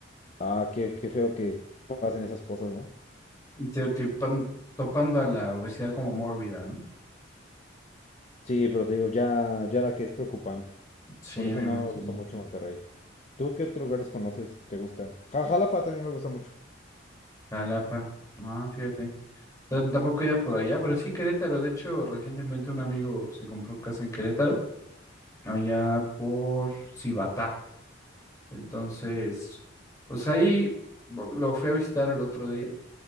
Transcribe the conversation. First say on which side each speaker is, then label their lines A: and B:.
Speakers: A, on the left; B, on the left.
A: ah, qué, qué feo que pasen esas cosas, ¿no?
B: Y Te, te pan- topando a la obesidad como mórbida, ¿no?
A: Sí, pero te digo, ya, ya la que es preocupante.
B: Sí,
A: Por eso
B: me imagino.
A: no me gustó mucho Monterrey. ¿Tú qué otros lugares conoces? ¿Te gustan? Ja- Jalapa también me gusta mucho.
B: Jalapa, ah, fíjate. T- Tampoco he ido por allá, pero sí Querétaro. De hecho, recientemente un amigo se compró casa en Querétaro, allá por Cibatá. Entonces, pues ahí bo- lo fui a visitar el otro día.